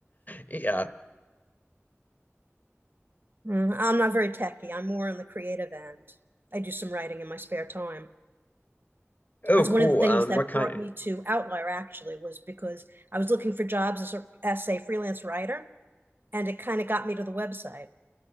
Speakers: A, on the left; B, on the right.
A: Yeah.
B: Mm, I'm not very techy. I'm more on the creative end. I do some writing in my spare time.
A: Oh,
B: That's
A: cool.
B: one of the things
A: Um,
B: that
A: what kind
B: brought me to Outlier actually was because I was looking for jobs as a, as a freelance writer and it kind of got me to the website.